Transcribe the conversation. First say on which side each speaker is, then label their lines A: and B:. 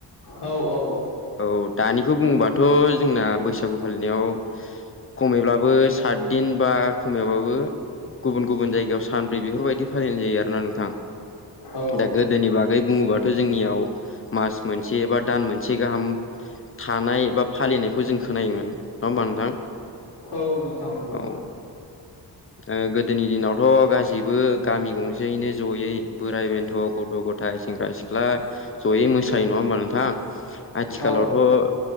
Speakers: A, on the left; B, on the left.
A: औ औ
B: औ दानिखौ बुंबा थ' जोंना बैसागु फालिनायाव खमैब्लाबो सातदिन बा खमैबाबो गुबुन गुबुन जायगायाव सानब्रै बेफोरबायदि फालिनाय जायो आरोना नोंथां।
A: औ
B: दा
A: औ
B: गोदोनि बागै बुङोबा जोंनियाव मास मोनसे बा दान मोनसे गाहाम थानाय बा फालिनायखौ जों खोनायोमोन नङा ओमबा नोंथां
A: औ नोंथां औ नोंथां नंगौ
B: औ ओ गोदोनि दिनावथ' गासैबो गामि गंसेयैनो जयै बोराइ बेन्थ' ग थ' गथाय सेंग्रा सिख्ला जयै मोसायो नङा ओमबा नोंथां? आथिखालावथ'
A: औ औ औ